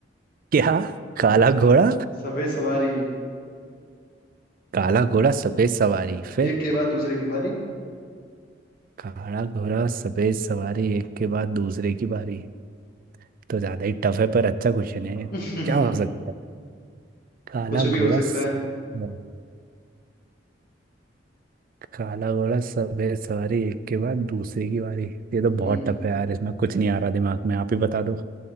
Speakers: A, on the right; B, on the left.
A: क्या काला घोड़ा
B: सफेद सवारी
A: काला घोड़ा सफेद सवारी फिर
B: एक के बाद दूसरे की बारी
A: काला घोड़ा सफेद सवारी एक के बाद दूसरे की बारी तो ज्यादा ही टफ है पर अच्छा क्वेश्चन है
B: <laughs>
A: ये। क्या हो सकता है काला
B: कुछ भी हो
A: घोड़ा
B: सकता
A: सफेद काला घोड़ा सफेद सवारी एक के बाद दूसरे की बारी ये तो
B: है
A: बहुत टफ है यार इसमें कुछ नहीं आ रहा दिमाग में आप ही बता दो